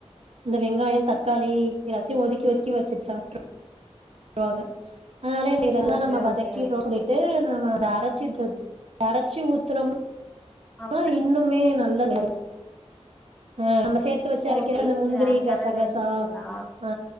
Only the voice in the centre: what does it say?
ஓகே
ஓகே
அப்படி
ஓ
டேஸ்ட்
வேற
லெவல்ல இருக்குங்களா